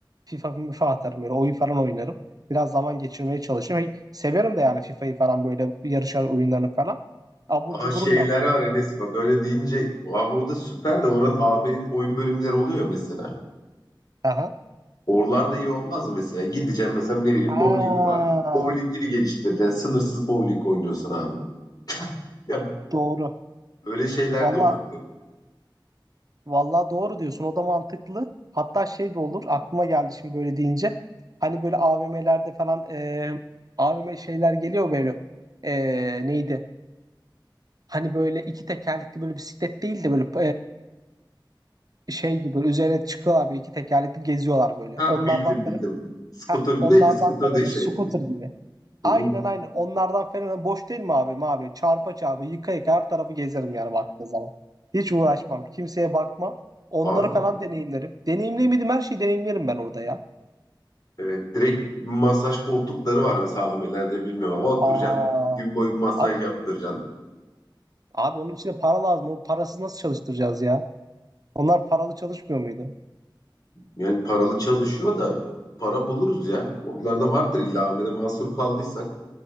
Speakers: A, on the right; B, on the left.
A: FIFA FIFA atarım böyle oyun falan oynarım. Biraz zaman geçirmeye çalışırım. Hey, Severim de yani FIFA'yı falan böyle yarışar, oyunlarını falan. Abur
B: Aa
A: cuburum
B: şeyler
A: da var.
B: var Enes bak öyle deyince abi o da süper de oranın AM'nin oyun bölümleri oluyor mesela.
A: Aha.
B: Oralar da iyi olmaz mı mesela? Gideceğim mesela ne bileyim
A: Ha,
B: bowling var. Bowling'ini geliştireceksin. Sınırsız bowling oynuyorsun abi. Ya
A: doğru.
B: öyle şeyler
A: Valla
B: de olabilir.
A: valla doğru diyorsun. O da mantıklı. Hatta şey de olur. Aklıma geldi şimdi böyle deyince. Hani böyle AVM'lerde falan e, AVM şeyler geliyor böyle. E, neydi? Hani böyle iki tekerlekli böyle bisiklet değil de böyle e, şey gibi böyle üzerine çıkıyorlar böyle iki tekerlekli geziyorlar böyle.
B: Ha
A: Onlardan
B: bildim bildim. Scooter
A: Heh,
B: gibi
A: onlardan
B: değil de scooter
A: Ferhan'a
B: değil şey.
A: scooter gibi.
B: Hı
A: Aynen
B: hı.
A: aynen onlardan Ferhan'a boş değil mi abi? Abi çarpa çarpa yıka yıka her tarafı gezerim yani baktığı zaman. Hiç uğraşmam. Kimseye bakmam. Onları
B: Abi
A: falan deneyimlerim. Deneyimleyemedim her şeyi deneyimlerim ben orada ya.
B: evet direkt masaj koltukları var mesela AM'lerde bilmiyorum ama oturacaksın
A: Aa,
B: gün boyu masaj
A: abi,
B: yaptıracaksın.
A: abi onun için de para lazım. O parasız nasıl çalıştıracağız ya? Onlar paralı çalışmıyor muydu?
B: Yani paralı çalışıyor da para buluruz ya. Onlarda vardır illa AVM'de mahsur kaldıysak.